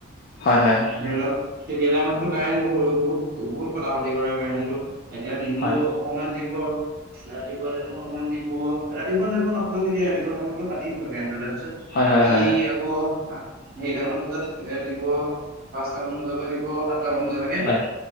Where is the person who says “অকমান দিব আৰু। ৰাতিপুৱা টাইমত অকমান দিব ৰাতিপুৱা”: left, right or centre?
Right